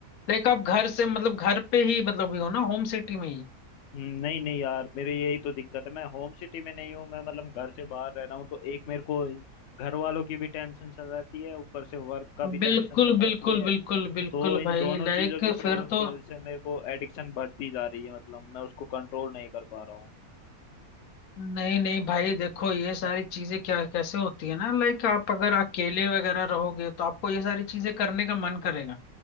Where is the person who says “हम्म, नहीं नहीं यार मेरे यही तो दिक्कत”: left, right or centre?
Left